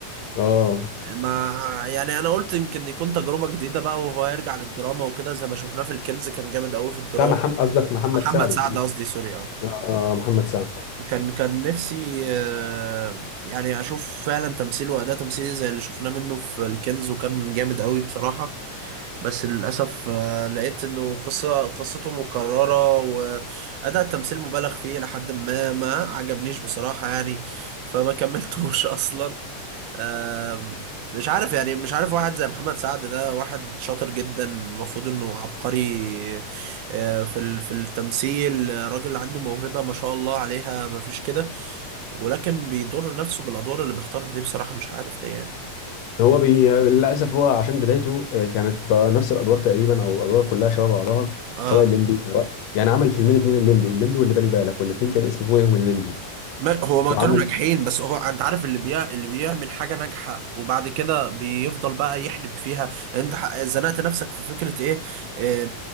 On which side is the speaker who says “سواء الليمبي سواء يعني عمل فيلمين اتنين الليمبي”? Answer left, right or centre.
Left